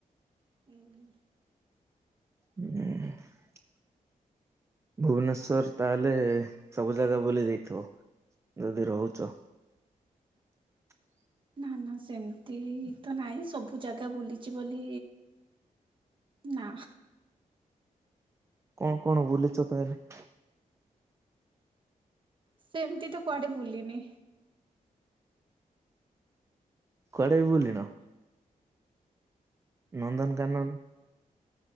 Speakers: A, on the right (about 35°); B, on the right (about 20°).
A: ହୁଁ।
B: <inaudible> ଭୁବନେଶ୍ୱର ତାହେଲେ ସବୁ ଜାଗା ବୁଲି ଦେଇଥିବ। ଯଦି ରହୁ ଚ <inaudible>
A: ନା ନା ସେମିତି ତ ନାଇଁ ସବୁ ଜାଗା ବୁଲିଛି ବୋଲି ନା।
B: କଣ କଣ ବୁଲିଛ ତାହାଲେ?
A: ସେମତି ତ କୁଆଡେ ବୁଲିିନି।
B: କୁଆଡେ ବି ବୁଲିନ? ନନ୍ଦନକାନନ